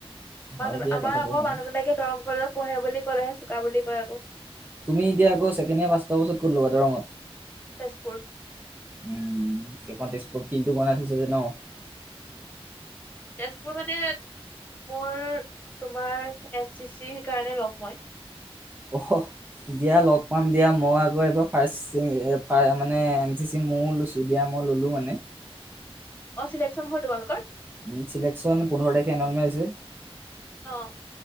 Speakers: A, on the right (about 20°); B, on the left (about 15°).
A: হয়
B: মানুহ
A: দিয়া
B: আমাৰ
A: কথাটো
B: আকৌ
A: হয়
B: মানুহবিলাক কে দৰং কলেজত পঢ়ে বুলি ক'লেহে চুকা বুলি কয় আকৌ।
A: তুমি এতিয়া আকৌ ছেকেণ্ড ইয়েৰ পাছ কৰা পাছত ক'ত ল'বা, দৰঙত।
B: তেজপুৰ।
A: উম, সেইখন তেজপুৰ ফিল্ডটো বনাই থৈছ যে ন।
B: তেজপুৰ মানে মোৰ তোমাৰ এন চি চিৰ কাৰণে ল'ম মই।
A: অ', সহ। দিয়া লগ পাম দিয়া মই আকৌ এবাৰ ফাৰ্ষ্ট মানে এন চি চি মইও লৈছোঁ। টো দিয়া মই ল'লোঁ মানে।
B: অ', ছিলেকশ্যন হ'ল তোমালোকৰ?
A: উম, চিলেকশ্যন পোন্ধৰ তাৰখে এনৰলমেণ্ট আছে।
B: অ'।